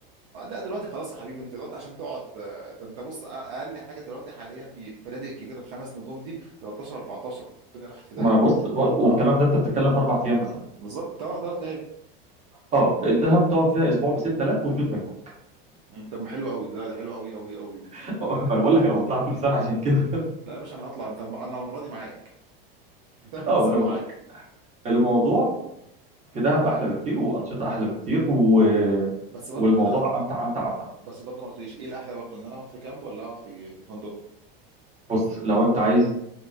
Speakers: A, on the right; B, on the right.
A: آه، لا دلوقتي خلاص يا حبيبي انت دلوقتي عشان تقعد آه، ده انت بص أ- اقل حاجه دلوقتي حاليا في في الفنادق الكبيره الخمس نجوم دي 13 14 الدنيا راحت في داهيه
B: ما بص بقول والكلام
A: اه
B: ده انت بتتكلم في اربع ايام مثلا
A: بالظبط ثلاث ثلاث ليالي
B: اه الدهب تقعد فيها اسبوع ب 6000 ويفيد منها
A: مم. طب ما حلو قوي لا ده حلو قوي قوي قوي
B: <laughs> ما انا بقول لك انا بطلع كل
A: اه
B: سنه عشان كده
A: لا يا باشا انا هطلع انت الم- انا المره دي معاك هتعمل
B: <laughs> اه
A: حسابي
B: انا بقول
A: معاك
B: لك الموضوع في دهب احلى بكتير وانشطه احلى بكتير و...
A: بس برضو
B: والموضوع
A: كده
B: امتع امتع امتع
A: بس برضو ما قلتليش ايه الاحلى برضو ان انا اقعد في كامب ولا اقعد في في فندق
B: بص لو انت عايز